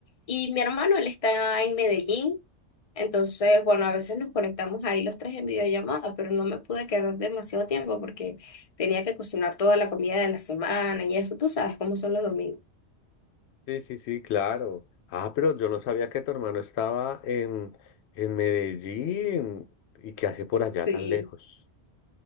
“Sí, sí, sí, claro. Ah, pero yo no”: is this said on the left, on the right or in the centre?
Left